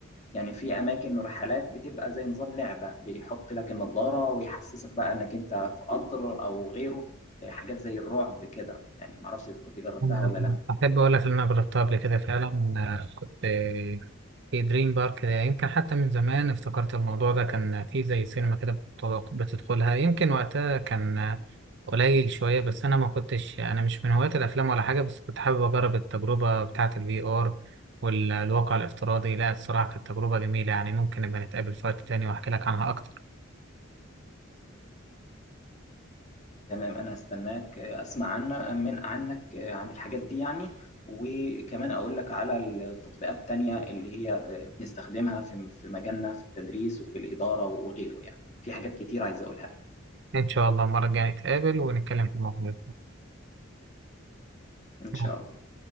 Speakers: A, on the left; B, on the right.
A: يعني في أماكن ورحلات بتبقى زي نظام لعبة بيحط لك النظارة ويحسسك بقى إنك أنت في قطر أو غيره آه، حاجات زي الرعب كده يعني معرفش إذا كنت جربتها
B: أنا
A: ولا لأ
B: أحب أقول لك إن أنا جربتها قبل كده فعلا أنا كنت في دريم بارك ده يمكن حتى من زمان افتكرت الموضوع ده كان في زي سينما كده بتط- بتدخلها يمكن وقتها كان قليل شوية بس أنا ما كنتش أنا مش من هواة الأفلام ولا حاجة بس كنت حابب أجرب التجربة بتاعة الفي آر والواقع الافتراضي لا الصراحة كانت تجربة جميلة يعني ممكن نبقى نتقابل في وقت تاني وأحكي لك عنها أكتر
A: تمام انا هستناك آه، اسمع عنا من عنك آه، عن الحاجات دي يعني وكمان اقول لك على التطبيقات التانية اللي هي آه، بنستخدمها في في مجالنا في التدريس وفي الإدارة وغيره يعني في حاجات كتير عايز اقولها لك
B: إن شاء الله المرة الجاية نتقابل ونتكلم في الموضوع
A: ان
B: ده
A: شاء الله